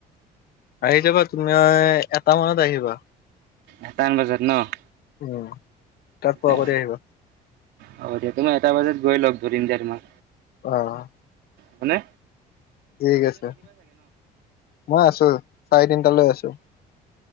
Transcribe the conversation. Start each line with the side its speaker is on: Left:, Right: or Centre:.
Left: আহি যাবা তুমি এটা মানত আহিবা
Right: এটা মান বজাত ন হব
Left: উম তাত পোৱা
Right: দে
Left: কৰি আহিবা
Right: হ'ব দিয়া তোমাৰ এটা বজাত গৈ লওক ধৰিম দোৰ মাহ
Left: আহ
Right: হয়নে
Left: ঠিক আছে মই আছো চাৰে তিনটা লৈ আছো